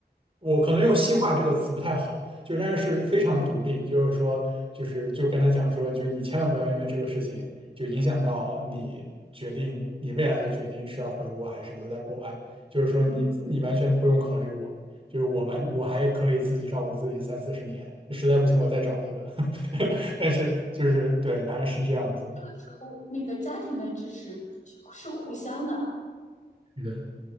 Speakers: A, on the right; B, on the left.
A: 我可能用西化这个词不太好，就是但是是非常独立，就是说就是就跟他讲说，就是你千万不要因为这个事情就影响到你决定你未来的决定是要回国还是留在国外，就是说你你完全不用考虑我。
B: 嗯。
A: 就是我完我还可以自己照顾自己三四十年，实在不行我再找一个。<laughs> 但是就是对，反正是这样子，
B: 时候那个家庭的支持是互相的，
A: 是的，